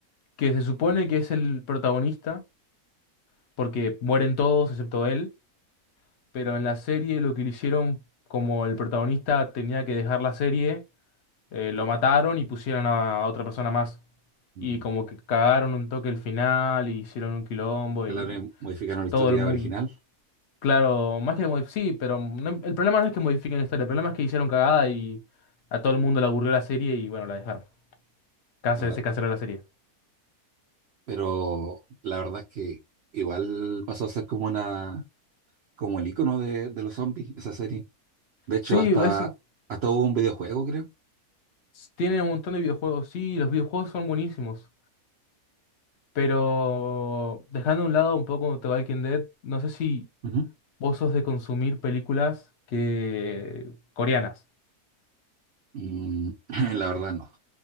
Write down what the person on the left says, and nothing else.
que se supone que es el protagonista, porque mueren todos excepto él. pero en la serie lo que le hicieron, como el protagonista tenía que dejar la serie, eh, lo mataron y pusieron a, otra persona más.
Y como que cagaron un toque el final y hicieron un quilombo
y
todo el mundo.
Claro, más que modif- sí, pero no- el problema no es que modifiquen la historia, el problema es que hicieron cagada y a todo el mundo le aburrió la serie y bueno, la dejaron. Cance-
se canceló la serie.
Sí,
eso
tiene un montón de videojuegos, sí, los videojuegos son buenísimos. Pero dejando a un lado un poco The Walking Dead, no sé si
Vos sos de consumir películas que coreanas.